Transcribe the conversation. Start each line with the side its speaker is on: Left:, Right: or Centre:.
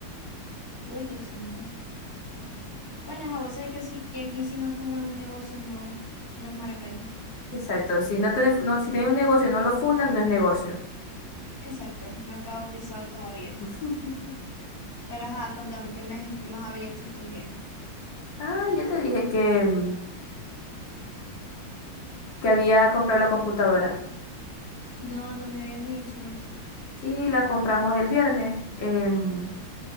Right: uy, Dios santo. Bueno, a vos sabés que sí, que aquí si no fue una- un negocio, no, no es Maracay.
Left: Exacto. Si no tenés, no, si tenés un negocio y no lo fundan, no es negocio.
Right: Exacto, no estaba bautizado todavía.
Left: <laughs>
Right: Pero ajá, contame, ¿qué, me- qué más había hecho este día?
Left: Ah, yo te dije que, mm, que había comprado la computadora.
Right: No, no me habías dicho.
Left: Sí, la compramos el viernes. Em,